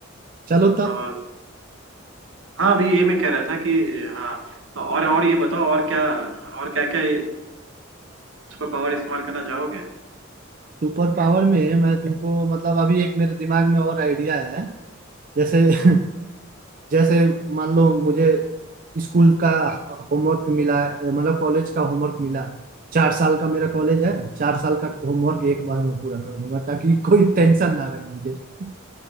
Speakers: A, on the right; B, on the right.
A: चलो तब
B: और हाँ अभी ये मैं कह रहा था कि हाँ तो और और ये बताओ और क्या और क्या क्या सुपर पावर इस्तेमाल करना चाहोगे
A: सुपर पावर में मैं तुमको मतलब अभी एक मेरे दिमाग में और आइडिया है जैसे <laughs>
B: हम्म,
A: जैसे मान लो मुझे स्कूल का होमवर्क मिला है, मतलब कॉलेज का होमवर्क मिला है। चार साल का मेरा कॉलेज है चार साल का होमवर्क एक बार में पूरा कर दूंगा ताकि <laughs> कोई टेंशन ना रहे मुझे <laughs>